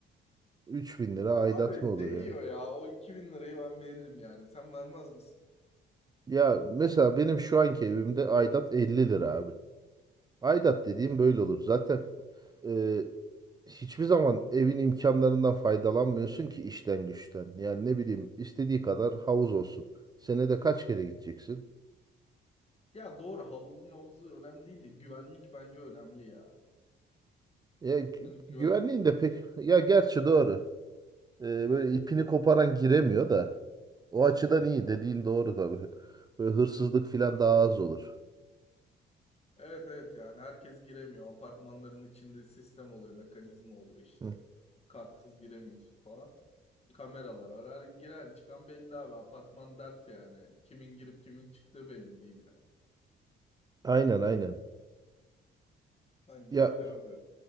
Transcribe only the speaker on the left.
Abi
değiyor
ya. O 2000 lirayı ben veririm yani. Sen vermez misin?
Ya doğru havuzu mavuzu önemli değil de güvenlik bence önemli ya.
Hani güven...
Aha.
Evet evet yani herkes giremiyor. Apartmanların içinde sistem oluyor, mekanizma oluyor işte.
Kartsız giremiyorsun falan. Kameralar var. Her giren çıkan belli abi. Apartman dert yani. Kimin girip kimin çıktığı belli değil yani.
Bence
öyle abi.